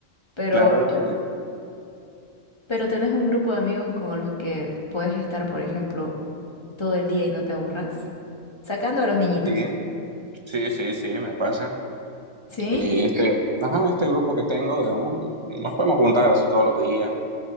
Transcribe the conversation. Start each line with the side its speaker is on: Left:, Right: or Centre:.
Left: Pero,
Right: claro, depende.
Left: pero tenés un grupo de amigos con los que puedes estar, por ejemplo, todo el día y no te aburras. Sacando a los niñitos.
Right: Sí, sí, sí, sí, me pasa.
Left: Sí,
Right: Eh, este, ajá, este grupo que tengo, digamos, nos podemos juntar así todos los días